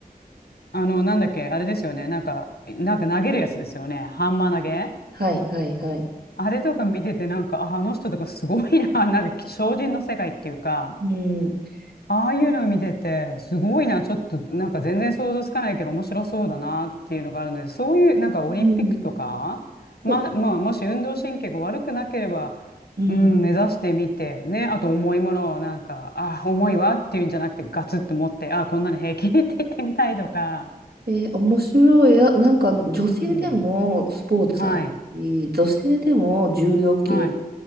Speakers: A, on the left; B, on the right.
A: あの、なんだっけ、あれですよね。なんか、なんか投げるやつですよね。ハンマー投げ。
B: はい、はい、はい。
A: あれとか見てて、なんか、あ、あの人とかすごいな。<laughs> なんか、精進の世界っていうか、
B: うん。え
A: ああいうのを見てて、すごいな。ちょっと、なんか全然想像つかないけど、面白そうだなっていうのがあるので、そういう、なんかオリンピックとか、
B: うん。
A: ま、
B: そう、
A: まあ、もし運動神経が悪くなければ、
B: うん。
A: うん、目指してみて、ね。あと、重いものを、なんか、あ、重いわっていうんじゃなくて、ガツッと持って、あ、こんなの平気 <laughs> って言ってみたいとか。
B: で、面白いや、なんかあの女性でもスポーツあるし、
A: うん。はい。
B: 女性でも重量級、
A: はい。